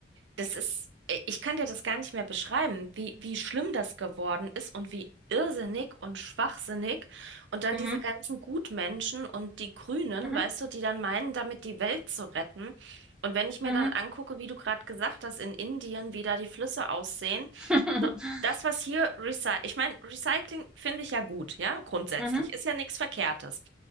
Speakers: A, on the right; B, in the centre.
A: Das ist, ich kann dir das gar nicht mehr beschreiben, wie, wie schlimm das geworden ist und wie irrsinnig und schwachsinnig. Und dann
B: Mhm.
A: diese ganzen Gutmenschen und die Grünen,
B: Mhm.
A: weißt du, die dann meinen, damit die Welt zu retten. Und wenn ich mir
B: Mhm.
A: dann angucke, wie du gerade gesagt hast, in Indien, wie da die Flüsse aussehen,
B: <laughs>
A: das, was hier recycelt, ich meine, Recycling finde ich ja gut, ja, grundsätzlich,
B: Mhm.
A: ist ja nichts Verkehrtes.